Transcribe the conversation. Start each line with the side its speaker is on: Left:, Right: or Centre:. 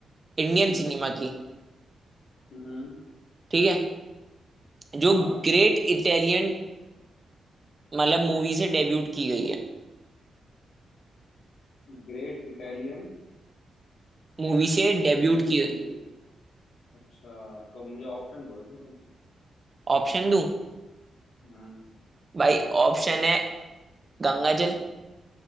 Right: इंडियन
Left: हम्म
Right: सिनेमा की
Left: हम्म
Right: ठीक है जो
Left: हाँ
Right: ग्रेट इटालियन मतलब मूवी से डेब्यूट की गई है
Left: Great Italian
Right: मूवी से डेब्यूट
Left: सेडेबी
Right: की
Left: अच्छा तो मुझे ऑप्शन दो इसमें तुम
Right: ऑप्शन दूं
Left: हम्म
Right: भाई ऑप्शन है गंगाजल